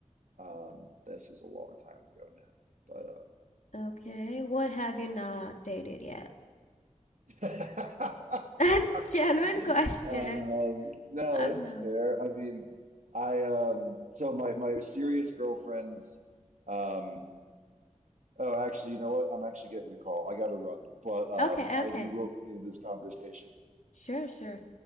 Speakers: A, on the right (about 75°); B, on the left (about 70°).
A: Um, this was a long time ago now, but
B: Okay, what have you not dated yet?
A: um, yeah.
B: <laughs> That's a genuine
A: <laughs>
B: question.
A: Um, no,
B: I've
A: it's
B: not.
A: fair. I mean, I um, so my my serious girlfriends. Um, oh, actually, you know what? I'm actually getting a call. I gotta run, but um,
B: Okay,
A: I
B: okay.
A: we will continue this conversation.
B: Sure, sure.